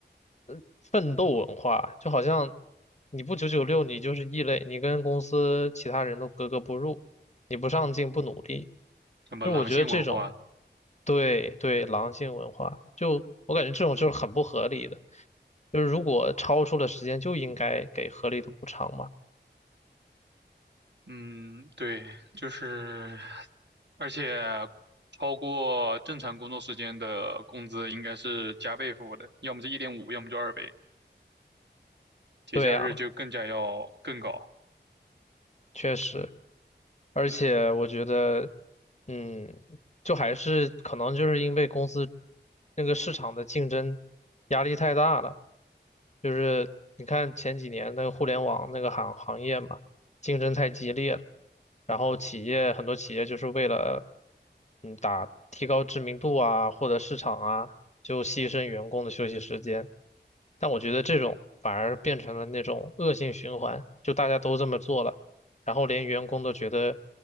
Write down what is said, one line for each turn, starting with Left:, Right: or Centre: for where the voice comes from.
Left: 呃，奋斗文化，就好像你不九九六，你就是异类，你跟公司其他人都格格不入，你不上进不努力，
Right: 什么狼性文化，
Left: 就是我觉得这种对对狼性文化，就我感觉这种就是很不合理的，就是如果超出了时间就应该给合理的补偿嘛，
Right: 嗯，对，就是，而且超过正常工作时间的工资应该是加倍付的，要么是一点五，要么就二倍。节假日就更加要更高，
Left: 对呀。确实，而且我觉得，
Right: 就
Left: 嗯，就还是可能就是因为公司那个市场的竞争压力太大了，就是你看前几年那个互联网那个行行业嘛，竞争太激烈了，然后企业很多企业就是为了，嗯，打提高知名度啊，获得市场啊，就牺牲员工的休息时间。但我觉得这种反而变成了那种恶性循环，就大家都这么做了。然后连员工都觉得，